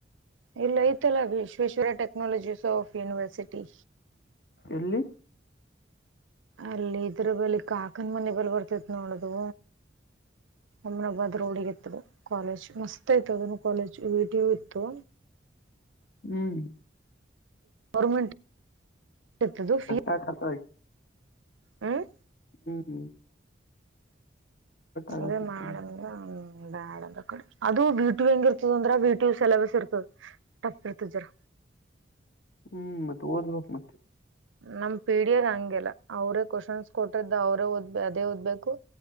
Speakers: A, on the right; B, on the left.
A: ಇಲ್ಲ ಐತಲ್ಲ ವಿಶ್ವೇಶ್ವರ ಟೆಕ್ನಾಲಜಿ ಆಫ್ ಯೂನಿವರ್ಸಿಟಿ
B: ಎಲ್ಲಿ
A: ಅಲ್ಲಿ ಇದ್ರ ಬಳಲ್ಲಿ ಕಾಕನ ಮನೆ ಬಲಿ ಬರ್ತೇತ್ ನೋಡದು ಅಬನಾಬಾದ್ ರೋಡಿಗೆತ್ತದು ಕಾಲೇಜ್ ಮಸ್ತ್ ಐಯ್ತು ಅದನ್ನು ಕಾಲೇಜ್ ವಟಿವಿ ಇತ್ತು
B: ಹ್ಮ್
A: ಗೌರ್ಮೆಂಟ್ ಇತ್ತದು
B: ತಟ್ಟಾಕತ್ತಾಳ
A: ಫೀ
B: ಇಕಿ
A: ಹ್ಮ್
B: ಹ್ಮ್ ಹ್ಮ್. ಆಗತಿತ್ತಂತ
A: ಅದೇ ಮಾಡಮ. ಹ್ಮ್ ಬ್ಯಾಡ ಅದ ಕಡೆ ಅದು ವಿಟಿಯು ಹೆಂಗ್ ಇರ್ತದ ಅಂದ್ರ ವಿಟುಯು ಸಿಲಬಸ್ ಇರ್ತದ. ಟಫ್ ಇರ್ತದ ಜರ.
B: ಹ್ಮ್ ಮತ್ತ ಓದ್ಬೇಕ್ ಮತ್ತ.
A: ನಮ್ ಪಿಡಿಯೋದು ಹಂಗಿಲ್ಲ ಅವ್ರೇ ಕ್ವೆಶನ್ಸ್ ಕೊಟಿದ್ದ ಅವ್ರೇ ಓದ್ ಅದೇ ಓದ್ಬೇಕು.